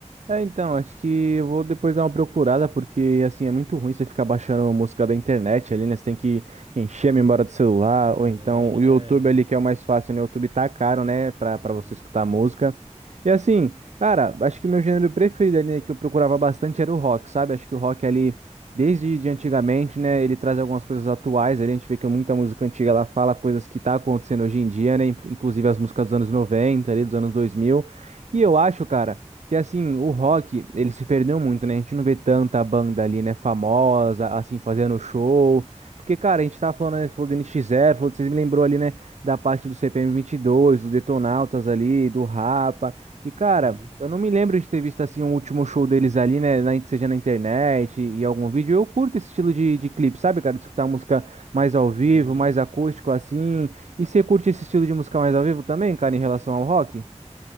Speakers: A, on the right; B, on the right.
A: É, então, acho que eu vou depois dar uma procurada, porque assim é muito ruim você ficar baixando uma música da internet ali, né? Você tem que encher a memória do celular, ou
B: É,
A: então o YouTube ali, que é o mais fácil, né? O YouTube tá caro, né? Pra, pra
B: sim,
A: você escutar música. E assim, cara, acho que o meu gênero preferido ali, né, que eu procurava bastante era o rock, sabe? Acho que o rock ali, desde de antigamente, né? Ele traz algumas coisas atuais ali, a gente vê que muita música antiga ela fala coisas que tá acontecendo hoje em dia, né? Inclusive as músicas dos anos 90 ali, dos anos 2000. E eu acho, cara. Que assim, o rock, ele se perdeu muito, né? A gente não vê tanta banda ali, né, famosa, assim, fazendo show. Porque, cara, a gente tava falando, né, falou do NX Zero, falou, vocês me lembrou ali, né, da parte do CPM dois do Detonautas ali, do Rapa. E, cara,
B: sim.
A: eu não me lembro de ter visto, assim, um último show deles ali, né, na, seja na internet e algum vídeo. Eu curto esse estilo de, de clipe, sabe, cara? De escutar música mais ao vivo,
B: Uhum.
A: mais acústico, assim. E você curte esse estilo de música mais ao vivo também, cara, em relação ao rock?